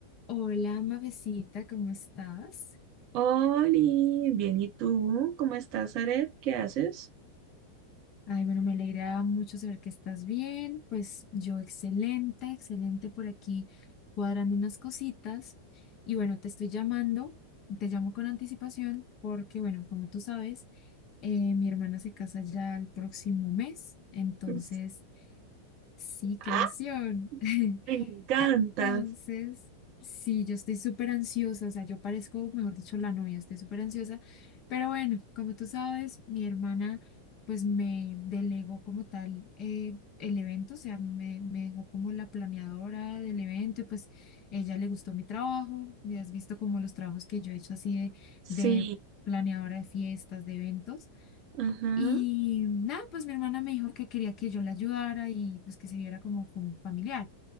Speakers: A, on the left; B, on the right.
A: Hola, mavecita, ¿cómo estás?
B: Oli, bien, ¿y tú? ¿Cómo estás, Aret? ¿Qué haces?
A: Ay, bueno, me alegra mucho saber que estás bien. Pues yo excelente, excelente por aquí cuadrando unas cositas. Y bueno, te estoy llamando, te llamo con anticipación porque, bueno, como tú sabes, eh, mi hermana se casa ya el próximo mes. Entonces,
B: Sí,
A: sí, qué
B: ¡Ah!
A: emoción. <laughs>
B: Me encanta.
A: Entonces, sí, yo estoy súper ansiosa, o sea, yo parezco, mejor dicho, la novia, estoy súper ansiosa, pero bueno, como tú sabes, mi hermana pues me delegó como tal eh, el evento, o sea, me, me dejó como la planeadora del evento y pues ella le gustó mi trabajo, y has visto como los trabajos que yo he hecho así de,
B: Sí,
A: de planeadora de fiestas, de eventos.
B: ajá,
A: Y nada, pues mi hermana me dijo que quería que yo la ayudara y pues que se viera como como familiar.